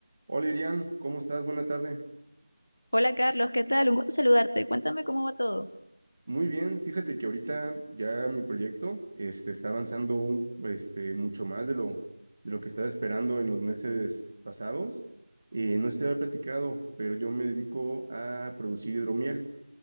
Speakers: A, on the right; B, on the left.
A: Hola Iriam, ¿cómo estás? Buena tarde.
B: Hola Carlos, ¿qué tal? Un gusto saludarte. Cuéntame cómo va todo.
A: Muy bien, fíjate que ahorita ya mi proyecto este, está avanzando un- este, mucho más de lo, de lo que estaba esperando en los meses pasados. Eh, no sé si te había platicado, pero yo me dedico a producir hidromiel.